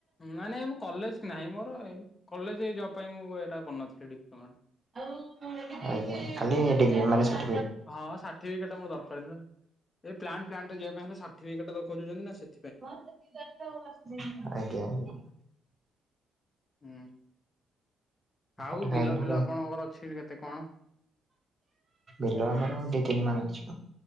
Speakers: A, on the left; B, on the right.
A: ନାଇଁ ନାଇଁ ମୁଁ କଲେଜ ନାହିଁ ମୋର ଏ କଲେଜ ଏ ଜବ୍‌ ପାଇଁ ମୁଁ ଏଇଟା କରିନଥିଲି ଡିପ୍ଲୋମା
B: ଆଜ୍ଞା ଖାଲି ଏ ଡିଗ୍ରୀ ମାଇନସ
A: ହଁ ସାର୍ଟିଫିକେଟ ଟା ମୋର ଦରକାର ଥିଲା ଏ ପ୍ଲାନ୍ଟ୍ ଫ୍ଲାଣ୍ଟ ରେ ଯିବା ପାଇଁ ହେଲେ ସାର୍ଟିଫିକେଟ ଟା ଖୋଜୁଛନ୍ତି ନା ସେ
B: ଆଜ୍ଞା,
A: ହୁଁ ଆଉ
B: ତାପରେ କାହିଁକିନା
A: ବିଲ ଫିଲ ଆପଣଙ୍କର ଅଛି କେତେ କଣ?
B: ଏ ଆମର ଦିଇ ତିନି ମାଣ ଅଛି।